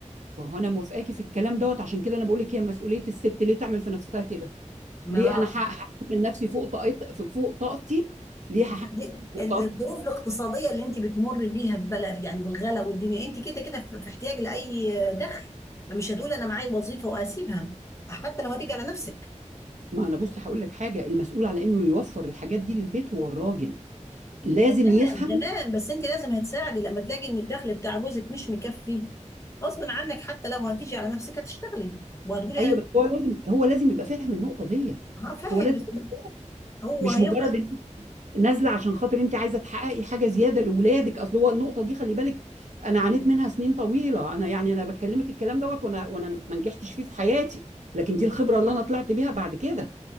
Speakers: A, on the right; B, on the left.
A: ما هو انا موافقاكي في الكلام دوت عشان كده انا بقول لك هي مسؤوليه الست ليه تعمل في نفسها كده
B: ما
A: ليه انا هح- هحكم من نفسي فوق طاقت... فوق طاقتي ليه هحكم
B: دي-
A: فوق
B: الظروف
A: طاقتي
B: الاقتصاديه اللي انت بتمر بيها في بلد يعني والغلا والدنيا انت كده كده في احتياج لاي دخل فمش هتقول انا معايا وظيفه واسيبها حتى لو هتيجي على نفسك
A: ما انا بصي هقول لك حاجه المسؤول على انه يوفر الحاجات دي للبيت هو الراجل لازم
B: تمام
A: يفهم
B: تمام بس انت لازم هتساعدي لما تلاقي ان الدخل بتاع جوزك مش مكفي غصب عنك حتى لو هتيجي على نفسك هتشتغلي وهتقولي
A: ايوه بس هو لازم هو لازم يبقى فاهم النقطه دي
B: انا اه فاهم
A: هو لازم
B: بس
A: يبقى-
B: هو
A: مش
B: هيبقى
A: مجرد نازله عشان خاطر انت عايزه تحققي حاجه زياده لاولادك اصل هو النقطه دي خلي بالك انا عانيت منها سنين طويله انا يعني انا بكلمك الكلام دوت وانا وانا ما نجحتش فيه في حياتي لكن دي الخبره اللي انا طلعت بيها بعد كده